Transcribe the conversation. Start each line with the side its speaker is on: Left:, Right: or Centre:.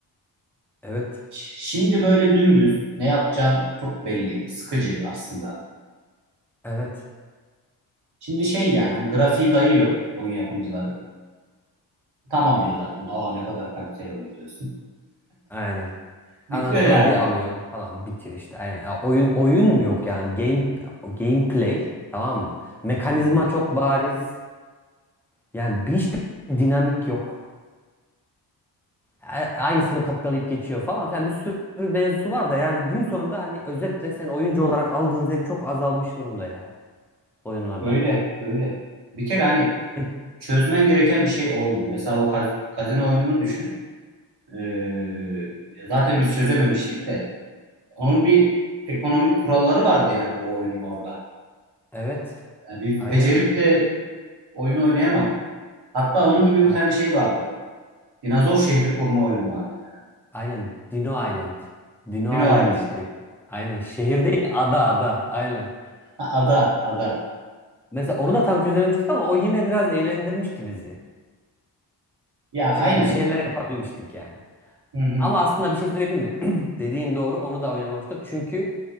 Centre: Evet.
Right: Şimdi böyle dümdüz ne yapacağın çok belli. Sıkıcı aslında.
Centre: Evet.
Right: Şimdi şey yani hani grafiği dayıyor oyun yapımcıları. Tamam diyor zaten. Aa ne kadar kaliteli oyun diyorsun.
Centre: Aynen.
Right: Bitiyor
Centre: Ondan sonra
Right: yani.
Centre: bir alıyorsun falan bitiyor işte aynen. Ya oyun oyun yok yani game gameplay tamam mı? Mekanizma
Right: Hı hı.
Centre: çok bariz. Yani hiçbir dinamik yok. a- aynısını kopyalayıp geçiyor falan filan bir sürü mevzusu var da yani gün sonunda hani özetle sen oyuncu olarak aldığın zevk çok azalmış durumda ya oyunlardan.
Right: Öyle öyle. Bir kere hani
Centre: E,
Right: çözmen gereken bir şey olmuyor. Mesela o kaz- kazino oyununu düşün. Ee, zaten biz çözememiştik de. Onun bir ekonomik kuralları vardı yani o oyunun orada.
Centre: Evet,
Right: Yani biz
Centre: aynen.
Right: becerip de oyunu oynayamadık. Hatta onun gibi bir
Centre: A-
Right: tane şey vardı. Dinozor şehri kurma oyunu vardı.
Centre: aynen Dino Island. Dino
Right: Dino
Centre: Island
Right: Island.
Centre: işte. Aynen şehir değil ada ada aynen.
Right: Ha, ada, ada.
Centre: Mesela onu da tam çözememiştik ama o yine biraz eğlendirmişti bizi.
Right: Ya
Centre: Çünkü
Right: aynen.
Centre: bir şeyler yapabilmiştik yani.
Right: Hı hı.
Centre: Ama aslında bir şey söyleyeyim mi? <clears throat> Dediğin doğru. Onu da oynamamıştık. Çünkü